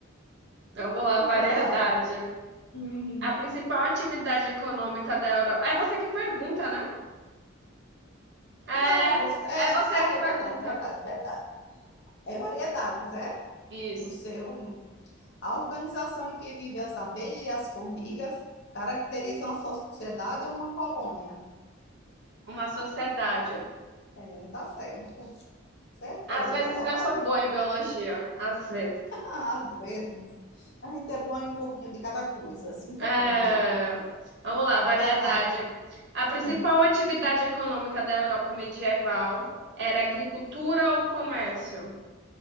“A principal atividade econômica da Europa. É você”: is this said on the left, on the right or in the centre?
Right